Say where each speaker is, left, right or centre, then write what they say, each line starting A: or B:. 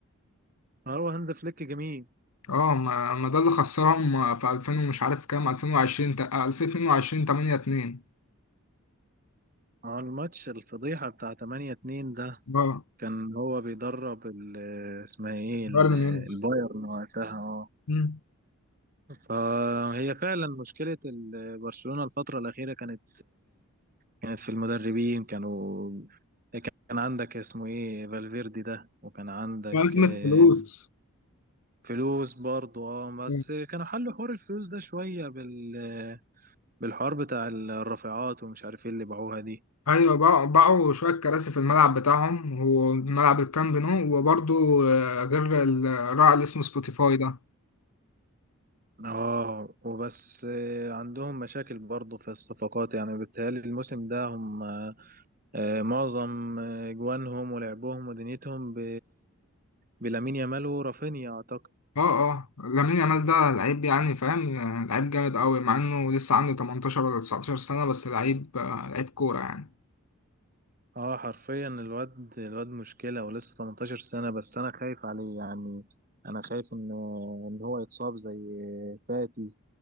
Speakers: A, on the right; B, on the left.
A: آه، هو هانز فليك جميل
B: اه ما, ما ده اللي خسرهم في 2000 ومش عارف كام 2020 تا- 2022 8 2
A: اه الماتش الفضيحة بتاع 8-2 ده
B: اه
A: كان هو بيدرب ال- اسمها ايه ال-
B: بايرن ميونخ
A: البايرن وقتها آه،
B: مم.
A: فهي فعلا مشكلة ال- برشلونة الفترة الأخيرة كانت كانت في المدربين كانوا كان عندك اسمه ايه فالفيردي ده وكان عندك
B: وأزمة
A: آه،
B: فلوس
A: فلوس برضه اه بس
B: مم.
A: كانوا حلوا حوار الفلوس ده شوية بال بالحوار بتاع الرافعات ومش عارف ايه اللي باعوها دي
B: أيوة باعوا باعوا شوية كراسي في الملعب بتاعهم وملعب الكامب نو وبرضه آه، غير الراعي اللي اسمه سبوتيفاي ده
A: اه وبس آه، عندهم مشاكل برضه في الصفقات يعني بالتهيألي الموسم ده هم آه، معظم آه، جوانهم ولعبهم ودنيتهم ب... بلامين يامال ورافينيا اعتقد
B: اه اه لامين يامال ده لعيب يعني فاهم آه، لعيب جامد قوي مع انه لسه عنده 18 ولا 19 سنة بس لعيب آه، لعيب كورة يعني
A: اه حرفيا الواد الواد مشكلة ولسه 18 سنة بس انا خايف عليه يعني انا خايف ان ان هو يتصاب زي فاتي